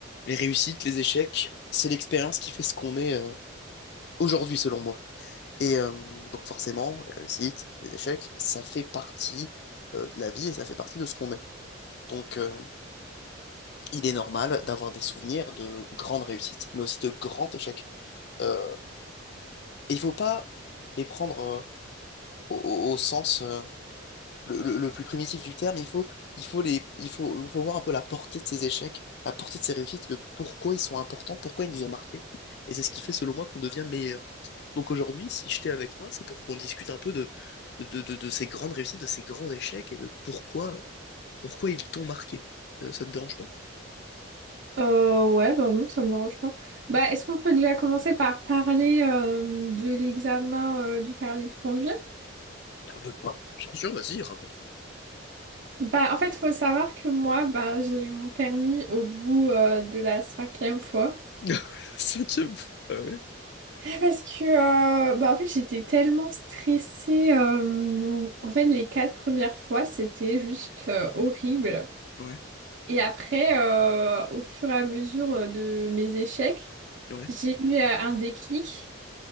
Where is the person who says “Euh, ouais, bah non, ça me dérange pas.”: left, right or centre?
Right